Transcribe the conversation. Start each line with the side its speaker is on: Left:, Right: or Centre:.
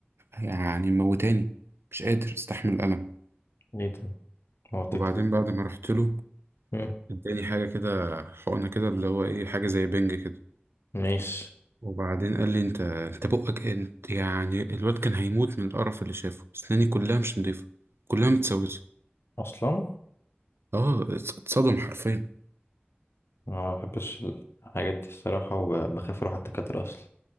Right: يعني موتاني مش قادر استحمل الألم
Left: ليه ده موتك
Right: وبعدين
Left: ليه
Right: بعد ما رحت له
Left: مم.
Right: اداني حاجة كده حقنة كده اللي هو ايه حاجة زي بنج كده
Left: ماشي
Right: وبعدين قال لي انت انت بقك انت يعني الواد كان هيموت من القرف اللي شافه سناني كلها مش نضيفة كلها متسوسة
Left: اصلا
Right: اه اتصدم حرفيا
Left: ما بحبش الحاجات دي الصراحه وبخاف اروح الدكاتره اصلا